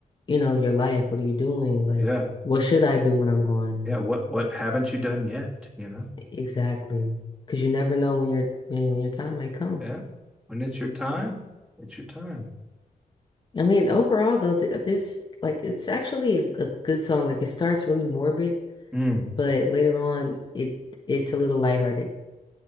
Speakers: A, on the left; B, in the centre.
A: you know, your life. What are you doing? Like,
B: Yeah.
A: what should I do when I'm gone?
B: Yeah. What what haven't you done yet? You know?
A: Exactly. Because you never know when your when your time might come.
B: Yeah. When it's your time, it's your time.
A: I mean, overall though, th this like it's actually a, a good song. Like it starts really morbid,
B: Mm.
A: but later on it it's a little lighthearted